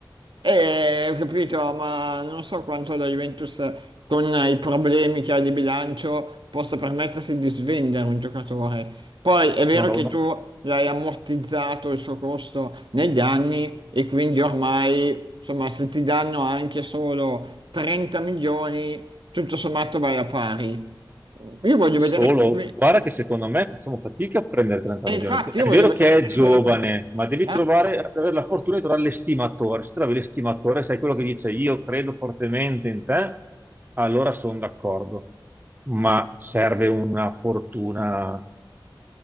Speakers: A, on the right; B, on the right.
A: Eh, ho capito, ma non so quanto la Juventus con i problemi che ha di bilancio possa permettersi di svendere un giocatore. Poi è vero
B: No, no,
A: che
B: no.
A: tu l'hai ammortizzato il suo costo negli anni e quindi ormai, insomma, se ti danno anche solo 30 milioni, tutto sommato vai a pari. Io voglio
B: Solo,
A: vedere,
B: guarda
A: e
B: che secondo me facciamo fatica a prendere 30 milioni.
A: infatti
B: È
A: io voglio
B: vero
A: vedere
B: che
A: che
B: è giovane,
A: arriva la...
B: ma devi
A: Esatto.
B: trovare, avere la fortuna di trovare l'estimatore. Se trovi l'estimatore, sai quello che dice io credo fortemente in te, allora sono d'accordo. Ma serve una fortuna